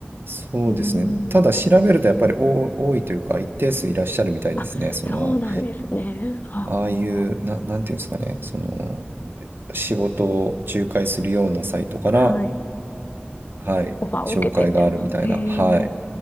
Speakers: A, on the right; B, on the left.
A: そうですね。
B: うん
A: ただ調べるとやっぱり多多いというか、一定数いらっしゃるみたいですね。
B: あ、
A: その、
B: そうなんですね。はあ、
A: ああいう、な、なんていうんですかね。その、仕事を仲介するようなサイトから、
B: はい。
A: はい、
B: オファーを受けてみたいな。
A: 紹介があるみたいな。
B: へえ、
A: はい。